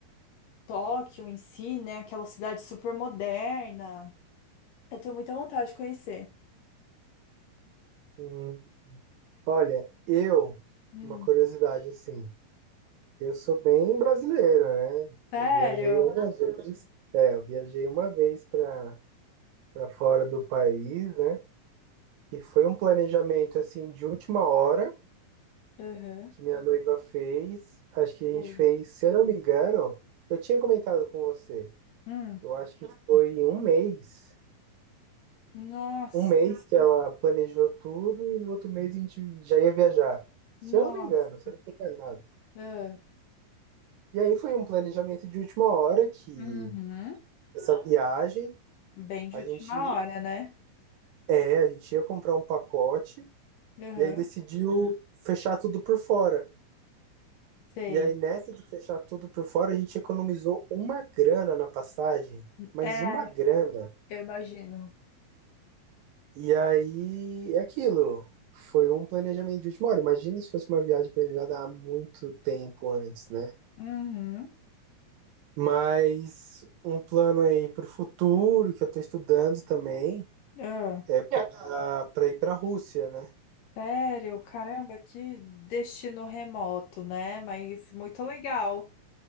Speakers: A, on the left; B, on the right.
A: Tóquio em si, né? Aquela cidade super moderna. Eu tenho muita vontade de conhecer.
B: Hum, olha, eu,
A: Hum.
B: uma curiosidade assim. Eu sou bem brasileiro, né?
A: Sério?
B: Eu viajei uma vez, é, eu viajei uma vez para para fora do país, né? E foi um planejamento assim de última hora
A: Uhum.
B: que minha noiva fez. Acho que a gente
A: Bem.
B: fez, se eu não me engano, eu tinha comentado com você.
A: Hum.
B: Eu acho que foi em um mês,
A: Nossa,
B: um mês que ela planejou tudo e no outro mês a gente já ia viajar. Se
A: nossa.
B: eu não me engano, se eu não estou enganado.
A: Ah,
B: E aí foi um planejamento de última hora que
A: Uhum.
B: essa viagem
A: Bem de
B: a
A: última
B: gente
A: hora, né?
B: É, a gente ia comprar um pacote
A: Uhum.
B: e aí decidiu fechar tudo por fora.
A: Sei.
B: E aí, nessa de fechar tudo por fora, a gente economizou uma grana na passagem, mas
A: É,
B: uma grana.
A: eu imagino.
B: E aí é aquilo. Foi um planejamento de última hora. Imagina se fosse uma viagem planejada há muito tempo antes, né?
A: Uhum.
B: Mas um plano aí para o futuro que eu estou estudando também
A: Ah.
B: é para para ir para a Rússia, né?
A: Sério, caramba, que destino remoto, né? Mas muito legal.